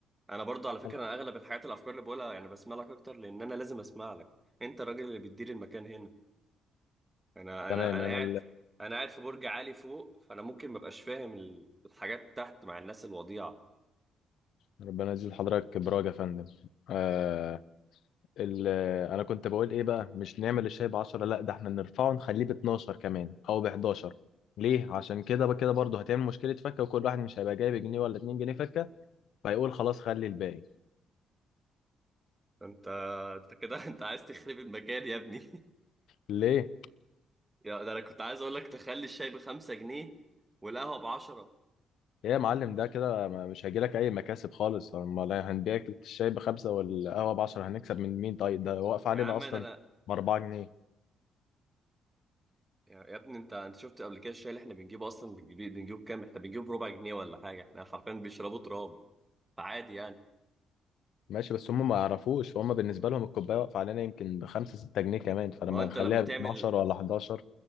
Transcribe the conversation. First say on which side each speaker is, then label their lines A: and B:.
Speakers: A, on the right; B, on the left.
A: انا برضو على فكره
B: أنا-
A: انا اغلب الحاجات الافكار اللي بقولها يعني بسمع لك اكتر لان انا لازم اسمع لك انت الراجل اللي بتدير المكان هنا انا
B: تمام
A: انا انا
B: انا
A: قاعد انا قاعد في برج عالي فوق فانا ممكن ما ابقاش فاهم ال- الحاجات تحت مع الناس الوضيعه
B: ربنا يزيد حضرتك براج يا فندم آه ال- انا كنت بقول ايه بقى مش نعمل الشاي ب 10 لا ده احنا نرفعه نخليه ب 12 كمان او ب 11 ليه عشان كده بقى كده برضه هتعمل مشكله فكه وكل واحد مش هيبقى جايب جنيه ولا 2 جنيه فكه فيقول خلاص خلي الباقي
A: انت انت كده <laughs> انت عايز تخرب المكان يا ابني
B: ليه
A: <laughs> يا ده انا كنت عايز اقول لك تخلي الشاي بخمسة جنيه والقهوه بعشرة
B: ايه يا معلم ده كده ما- مش هيجيلك اي مكاسب خالص امال هنبيعك الشاي بخمسه والقهوه ب 10 هنكسب من مين طيب ده واقف
A: يا
B: علينا
A: عم
B: اصلا
A: ده انا
B: ب 4
A: يا يا ابني انت انت شفت قبل كده الشاي اللي احنا بنجيبه اصلا بنجيب- بنجيبه بكام احنا بنجيبه بربع جنيه ولا حاجه احنا حرفيا بيشربوا تراب فعادي يعني
B: ماشي بس هم ما يعرفوش هم بالنسبة لهم الكوباية واقفة علينا يمكن بخمسة ستة جنيه كمان فلما
A: ما هو انت
B: نخليها
A: لما تعمل
B: ب 12 ولا 11